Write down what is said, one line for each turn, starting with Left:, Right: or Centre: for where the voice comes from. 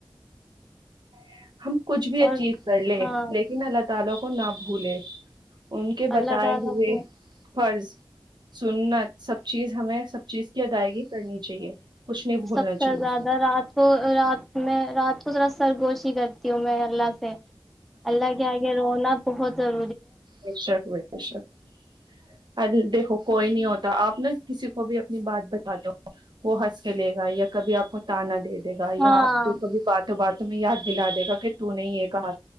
Right: <unintelligible> کچھ بھی اچیو
Centre: اور
Right: کر لے
Centre: ہاں
Right: لیکن اللہ تعالی کو نہ بھولے ان کے بتائے
Centre: اللہ تعالی
Right: ہوئے
Centre: کو
Right: فرض سننت سب چیز ہمیں سب چیز کی ادائیگی کرنی چاہیے کچھ نہیں بھولنا
Centre: سب
Right: چاہیے
Centre: سے زیادہ رات کو رات میں رات کو ذرا سرگوش ی کرتی ہوں میں اللہ سے اللہگ آگے روناات بہت سر
Right: بشک بھائی بشک دیکھو کوئی نہیں ہوتا آپ نا کسی کو بھی اپنی بات بتاتے ہو وہ ہنس کے لے گا یا کبھی آپ کو تانا دے د د گا یا
Centre: ہاں
Right: آپ کو کبھی باتیں بات تمہیں یاد دلا د گا کہ تو نہیں یہ کہا